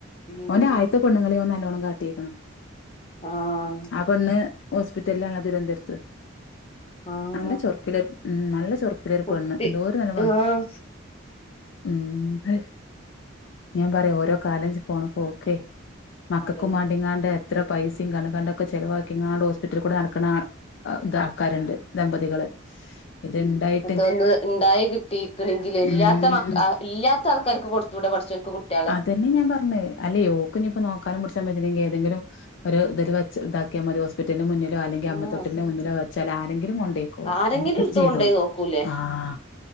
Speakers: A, on the left (about 30°); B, on the left (about 60°).
A: ഉം
B: ഓന്റെ ആയത്തെ പെണ്ണുങ്ങളീം ഓൻ നല്ലോണം കാട്ടീക്ക്ണ്.
A: ആഹ്
B: ആ പെണ്ണ് ഹോസ്പിറ്റൽലാണ് തിരുവന്തര്ത്ത്.
A: ആഹ്.
B: നല്ല ചൊർക്കിലെ ഉം നല്ല ചൊർ ക്ക്ലൊരു
A: കുട്ടി
B: പെണ്ണ് എന്തോര് നല്ല വ
A: ആഹ്
B: ഉം. ഹയ് ഞാൻ പറയാ ഓരോ കാലഞ്ച് പോവ്ണ പോക്കെ. മക്കക്കും
A: അതന്നെ
B: മാണ്ടിങ്ങ്ണ്ട്. ഇത്ര പൈസിം കണ്ണ് കണ്ടൊക്കെ ചെലവാക്കിങ്ങാട് ഹോസ്പിറ്റൽ കൂടെ നട്ക്ക്ണാണ് അ ഇത് ആൾക്കാര്ണ്ട്. ദമ്പതികള് ഇത്ണ്ടായി
A: ഇതൊന്ന് ഇണ്ടായി കിട്ടിക്ണെങ്കില് ഇല്ലാത്ത
B: ഉം
A: മക് അ ഇല്ലാത്ത ആൾക്കാര്ക്ക് കൊടുത്തൂടെ പട്ച്ചോൻക്ക് കുട്ട്യാളെ.
B: അതന്നെ ഞാൻ പർഞ്ഞെ അല്ലേ ഓക്ഞ്ഞ്പ്പ നോക്കാനും പുട്ച്ചാനും പറ്റുലെങ്കി ഏതെങ്കിലും. ഒരു ഇത് ല് വെച്ച് ഇതാക്ക്യാ മതി ഹോസ് പിറ്റൽന്റെ മുന്നിലോ അല്ലെങ്കി അമ്മത്തൊട്ടിൽന്റെ
A: ആഹ്
B: മുന്നിലോ വെച്ചാല് ആരെങ്കിലും കൊണ്ടേയ്ക്കോളും
A: ആരെങ്കിലും
B: എന്തങ്കി
A: എടുത്ത്
B: ചെയ്തോളും.
A: കൊണ്ടോയി നോക്കൂലേ
B: ആഹ്